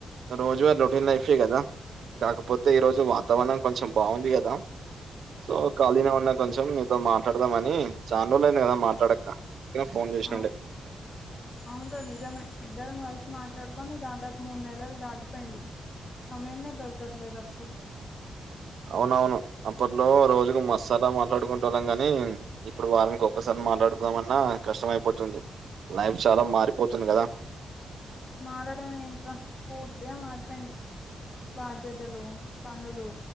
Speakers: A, on the right (about 60°); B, on the left (about 25°).
A: రోజువారి రొటీన్ లైఫే కదా కాకపోతే ఈ రోజు వాతావరణం కొంచెం బాగుంది కదా సో ఖాళీనె ఉన్నా కొంచెం నీతో మాట్లాడదామని చాన్రోజులైంది కదా మాట్లాడక అందుకనే ఫోన్ చేసినుండే
B: అ అవున్రా నిజమే ఇద్దరం కలిసి మాట్లాడుకొని దాదాపు మూడు నెలలు దాటిపోయింది సమయమే దొరకట్లేదు అస్సలు
A: అవునవును అప్పట్లో రోజుకు మస్స్ల మాట్లాడుకుంటోల్లం గాని ఇప్పుడు వారనికి ఒక్కసారి మాట్లాడుకుందమన్నా కష్టమయిపోతుంది లైఫ్ చాలా మారిపోతుంది కదా
B: మారడం ఏంట్రా పూర్తిగా మారిపోయింది బాధ్యతలు పనులు